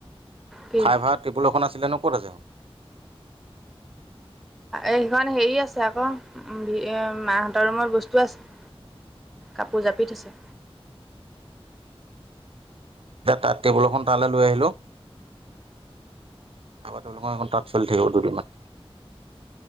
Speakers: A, in the centre; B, on the right.
A: কি
B: ফাইবাৰ টেবুল এখন আছিলে ক'ত আছে?
A: এই সেইখন হেৰি আছে আকৌ মাহঁতৰ ৰুমত বস্তু আছে কাপোৰ জাপি থৈছে।
B: এতিয়া তাত টেবুল এখন তালৈ লৈ আহিলোঁ <unintelligible> খন তাঁত চলি থাকিব দুদিনমান